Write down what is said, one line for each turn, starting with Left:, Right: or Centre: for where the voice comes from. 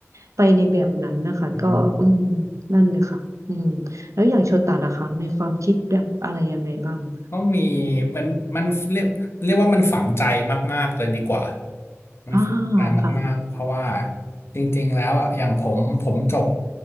Right: ไปในแบบนั้นนะคะก็อืม
Left: ม
Right: นั่นเลยค่ะอืมแล้วอย่างโชตะล่ะคะมีความคิดแบบอะไรยังไงบ้างคะ
Left: ก็มีมันมันเรียกเรียกว่ามันฝังใจมากๆเลยดีกว่ามันฝังใจมากๆเพราะว่า
Right: อ่าค่ะ
Left: จริงๆแล้วอะอย่างผมผมจบ